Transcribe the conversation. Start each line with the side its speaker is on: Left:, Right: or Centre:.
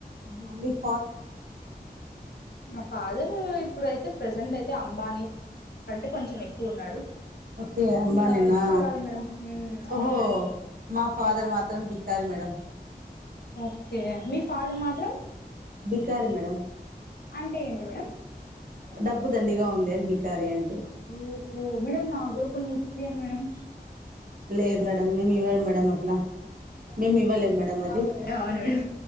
Right: ఆహా మీర్
Left: మా ఫాదర్ ఇప్పుడైతే ప్రెజెంటైతే అమ్ బానీ కంటే కొంచం ఎక్కు ఉన్నాడు.
Right: ఓకే అంబానీనా
Left: ఇంగా చూడాలి మేడం మ్మ్ అవును
Right: ఓహో
Left: మేడం
Right: మా ఫాదర్ మాత్రం బికారి మేడం.
Left: ఓకే మీ ఫాదర్ మాత్రం
Right: బికారి మేడం.
Left: అంటే ఏంటి మేడం
Right: డబ్బు దండిగా ఉంది అని బి కారి అంటే
Left: ఓహో! మేడం నాక్ గుడ కొన్ని ఇప్పియండి మేడం
Right: లేదు మేడం మేం ఇవ్వం మేడం అట్ల మేం ఇవ్వలేం మే తమది
Left: అవునా మేడం